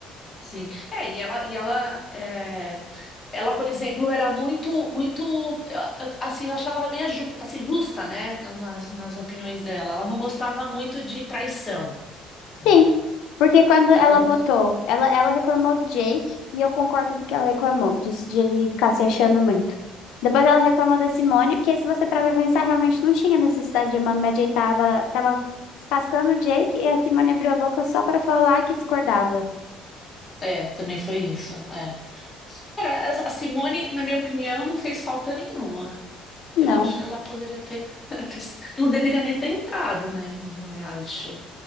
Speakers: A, on the left; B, on the left.
A: sim. É, e ela, e ela, é, ela, por exemplo, era muito, muito, eu- eu- assim, eu achava ela bem ju- assim, justa, né? na- Nas, nas opiniões dela. Ela não gostava muito de traição, né?
B: Sim, porque quando ela
A: Ela não
B: votou,
A: gosta.
B: ela, ela reclamou do Jake e eu concordo com o que ela reclamou, disse de ele ficar se achando muito. Depois ela reclamou da Simone, porque se você parar pra pensar, realmente não tinha necessidade de Amanda Jay tava, tava descascando o Jake e a Simone abriu a boca só pra falar que discordava.
A: É, também foi isso, é. Cara, a a Simone, na minha opinião, não fez falta nenhuma.
B: Não,
A: Eu acho que ela poderia ter, <laughs> ter- não deveria nem ter entrado, né, no, no reality show.